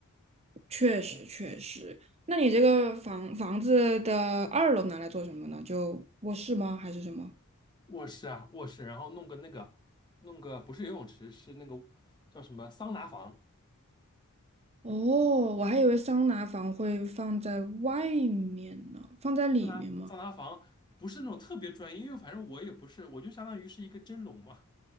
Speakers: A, on the right; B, on the left.
A: 确实确实，那你这个房房子的二楼拿来做什么呢？就卧室吗？还是什么？
B: 卧室啊，卧室，然后弄个那个，弄个不是游泳池，是那个叫什么桑拿房。
A: 哦，我还以为桑拿房会放在外面呢，放在里面吗？
B: 桑拿桑拿房不是那种特别专业，因为反正我也不是，我就相当于是一个蒸笼嘛。